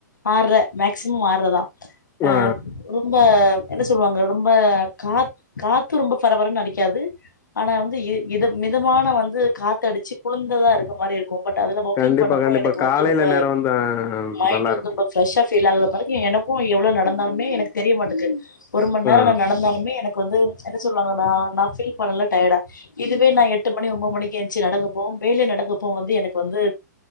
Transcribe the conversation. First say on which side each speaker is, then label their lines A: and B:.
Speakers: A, on the left; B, on the left.
A: ஆறர மேக்சிமம் ஆறரதா அ
B: ஆ,
A: ரொம்ப என்ன சொல்வாங்க ரொம்ப காத் காத்து ரொம்ப பரபரன்னு அடிக்காது ஆனா வந்து இ இது மிதமான வந்து காத்து அடிச்சு குளுந்ததா இருக்க மாரி இருக்கு பட் அதுல வாக்கிங்
B: கண்டிப்பா
A: பண்ணப்போ
B: கண்டிப்பா
A: எனக்கு வந்து
B: காலையில
A: ரொம்ப
B: நேரம் வந்து ஆ,
A: மைண்ட்
B: நல்லா
A: வந்து
B: இருக்கும்
A: ரொம்ப ஃபிரஸ்ஸா சேல் ஆகுற வரைக்கு எனக்கு எவ்ளோ நடந்தாலுமே எனக்கு தெரிய மாட்டக்கு ஒரு மண் நேர
B: ஆ,
A: நா நடந்தாலுமே எனக்கு வந்து சொல்லுவாங்கனா நா ஃபீல் பண்ணல டயர்டா இதுவே நா எட்டு மணி ஒம்பது மணிக்கு எந்ச்சு நடக்கப்போ வெயில நடக்கப்போ வநது எனக்கு வந்து